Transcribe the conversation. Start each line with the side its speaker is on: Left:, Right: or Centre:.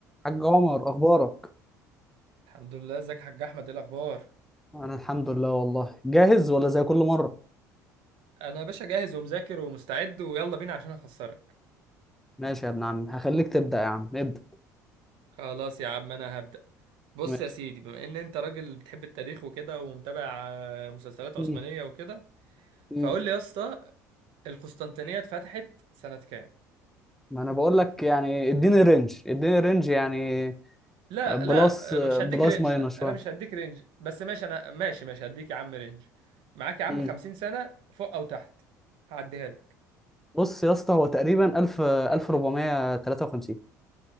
Centre: حاج عمر اخبارك
Right: الحمد لله ازيك يا حاج احمد ايه الاخبار
Centre: انا الحمد لله والله جاهز ولا زي كل مره
Right: انا يا باشا جاهز ومذاكر ومستعد ويلا بينا عشان اخسرك
Centre: ماشي يا ابن عم هخليك تبدا يا عم ابدا
Right: خلاص يا عم انا هبدأ بص
Centre: ماشي
Right: يا سيدي بما ان انت راجل بتحب التاريخ وكده ومتابع آه، مسلسلات
Centre: مم.
Right: عثمانية وكده
Centre: مم.
Right: فقول لي يا اسطى القسطنطينية اتفتحت سنة كام
Centre: ما انا بقول لك يعني اديني رينج اديني رينج يعني
Right: لا
Centre: بلس
Right: لا آه، مش
Centre: بلس
Right: هديك رينج
Centre: ماينس
Right: انا
Centre: شويه
Right: مش هديك رينج بس ماشي انا ماشي ماشي هديك يا عم رينج معاك يا عم
Centre: مم.
Right: 50 سنة فوق او تحت هعديها لك
Centre: بص يا اسطى هو تقريبا 1000 1453